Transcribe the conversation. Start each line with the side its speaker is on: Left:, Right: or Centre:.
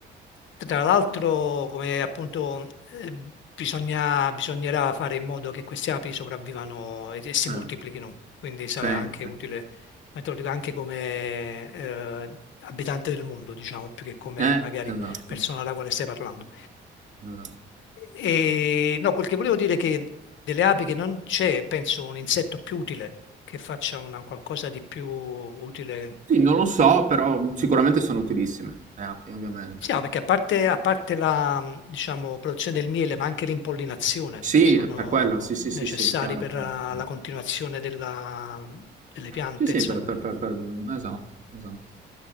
Left: Tra l'altro, come appunto, eh, bisogna- bisognerà fare in modo che queste api sopravvivano e, e si moltiplichino,
Right: eh.
Left: quindi sarà
Right: Cioè,
Left: anche utile, ma te lo dico anche come eh, abitante del mondo, diciamo, più che come
Right: eh,
Left: magari
Right: esatto,
Left: persona alla quale stai parlando.
Right: esatto.
Left: E no, quel che volevo dire è che delle api che non c'è, penso, un insetto più utile che faccia una, qualcosa di più utile
Right: Sì, non lo so, però mhmm, sicuramente sono utilissime le app, ovviamente.
Left: Sì, no, perché a parte, a parte la, mh, diciamo, produzione del miele, ma anche l'impollinazione
Right: Sì,
Left: sono
Right: è per quello, sì, sì, sì,
Left: necessari
Right: sì, chiaro,
Left: per
Right: chiaro,
Left: eh,
Right: chiaro.
Left: la continuazione della- mhmm, delle piante,
Right: Sì, sì,
Left: insomma.
Right: per, per- per- per- mhmm, esatto, esatto.